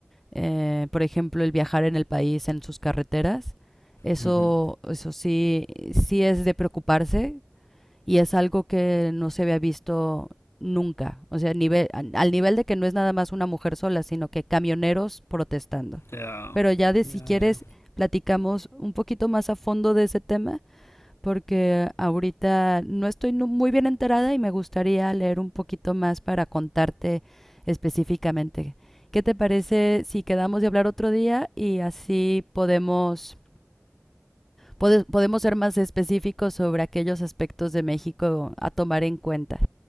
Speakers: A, in the centre; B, on the left.
A: eh, por ejemplo, el viajar en el país, en sus carreteras. Eso,
B: Ujú.
A: eso sí, sí es de preocuparse y es algo que no se había visto nunca, o sea, nivel, al nivel de que no es nada más una mujer sola, sino que camioneros protestando.
B: Ya,
A: Pero ya de
B: ya,
A: si quieres
B: ya.
A: platicamos un poquito más a fondo de ese tema, porque ahorita no estoy nu- muy bien enterada y me gustaría leer un poquito más para contarte específicamente. ¿Qué te parece si quedamos de hablar otro día y así podemos, pode- podemos ser más específicos sobre aquellos aspectos de México a tomar en cuenta?